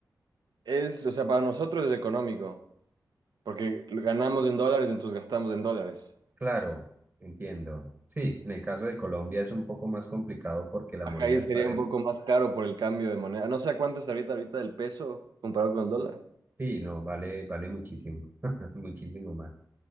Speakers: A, on the right; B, on the right.
A: Es, o sea, para nosotros es económico, porque ganamos en dólares, entonces gastamos en dólares.
B: Claro, entiendo. Sí, en el caso de Colombia es un poco más complicado porque la
A: Acá
B: moneda
A: ahí
B: está
A: sería un poco más caro por el cambio de moneda. No sé a cuánto está ahorita ahorita el peso comparado con el dólar.
B: Sí, no, vale, vale muchísimo, <laughs> muchísimo más.